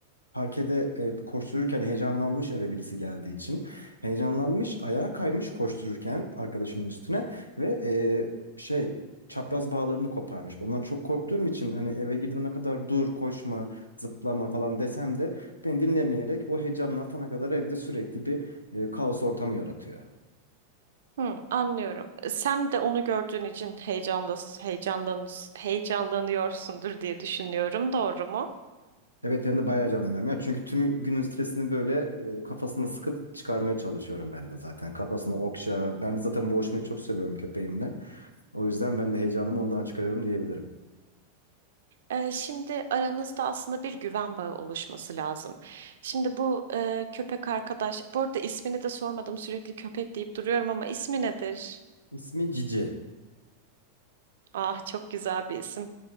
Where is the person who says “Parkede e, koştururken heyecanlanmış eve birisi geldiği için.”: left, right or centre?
Left